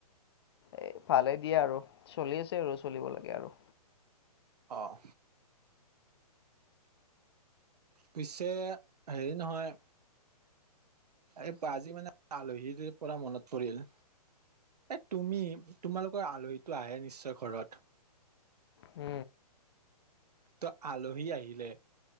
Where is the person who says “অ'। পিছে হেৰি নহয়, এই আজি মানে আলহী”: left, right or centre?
Right